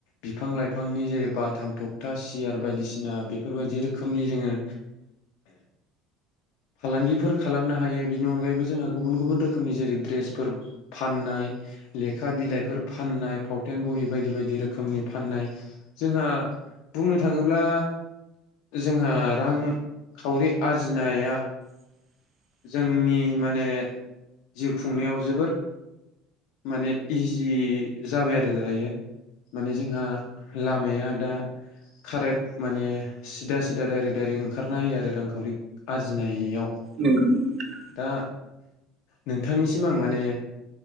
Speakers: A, on the left (about 75°); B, on the right (about 45°).
A: बिफां लाइफांनि जेरै बाथाम थखथा सियार बायदिसिना बेफोरबायदि रोखोमनि जोङो फालांगिफोर खालामनो हायो बेनि अनगायैबो जोंहा गुबुन गुबुन रोखोमनि जेरै द्रेसफोर फाननाय लेखा बिलाइफोर फान नाय फावथेन बहि बायदि बायदि रोखोमनि फाननाय जोंहा बुंनो थाङोब्ला जोंहा रांखावरि आरजिनाया
B: <inaudible>
A: जोंनि माने जिउ खुंनायाव जोबोर माने इजि जाबाय आरो दायो माने जोंहा लामाया दा खारेक्ट माने सिदा सिदा डाइरेक्ट डायरेक्ट ओंखारना होयो आरो रांखावरि आरजिनायाव
B: नंगौ नंगौ नोंथां
A: दा नोंथांनिसिम आं माने